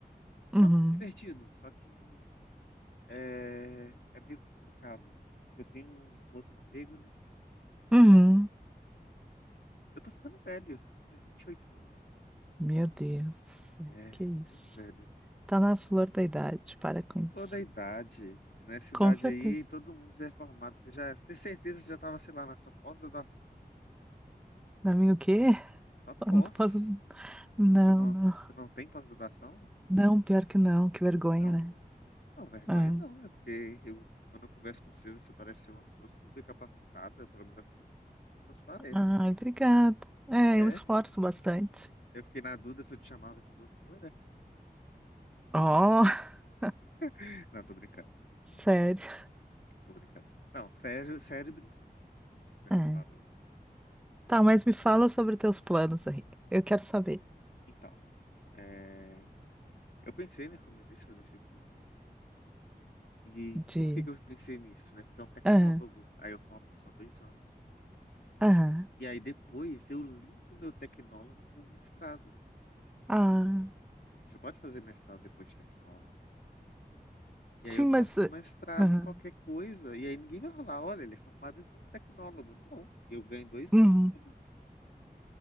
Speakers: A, on the left (about 75°); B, in the centre.
A: E
B: Uhum.
A: tá muito divertido, só que é, é meio complicado. Eu tenho um outro emprego, né?
B: Uhum.
A: E eu tô ficando velho, né? 28 anos.
B: Meu Deus do céu,
A: É,
B: que isso?
A: muito velho.
B: Tá na flor da idade, para com
A: Quem falou
B: isso.
A: da idade? Nessa idade
B: Com certeza.
A: aí, todo mundo já é formado. Você já tem certeza que você já tava, sei lá, na sua pós-graduação.
B: Pra mim, o quê?
A: Na sua pós.
B: <laughs> Não,
A: Você não,
B: não.
A: você não tem pós-graduação?
B: Não, pior que não, que vergonha,
A: Não,
B: né?
A: não, vergonha
B: Ah.
A: não, é porque eu, quando eu converso com você, você parece ser uma pessoa super capacitada, pelo menos é o que você, você transparece.
B: Ai, obrigada. É,
A: É,
B: eu me esforço bastante.
A: eu fiquei na dúvida se eu te chamava de doutora.
B: Oh, <laughs>
A: <laughs> Não, tô brincando,
B: sério.
A: tô brincando. Não, sério, sério brincando. Como é
B: É.
A: que eu falo isso?
B: Tá, mas me fala sobre teus planos aí. Eu quero saber
A: Então, é, eu pensei, né, como eu disse, fazer esse curso. E
B: de.
A: por que que eu pensei nisso, né? Porque é um tecnólogo,
B: Aham,
A: aí eu formo em só dois anos.
B: aham.
A: E aí depois eu linko meu tecnólogo com o mestrado.
B: Ah,
A: Porque você pode fazer mestrado depois de tecnólogo. E
B: sim,
A: aí eu faço
B: mas. eh,
A: um mestrado
B: Aham.
A: em qualquer coisa, e aí ninguém vai falar, olha, ele é formado como um tecnólogo. Não, eu ganho dois
B: Uhum.
A: anos da minha vida.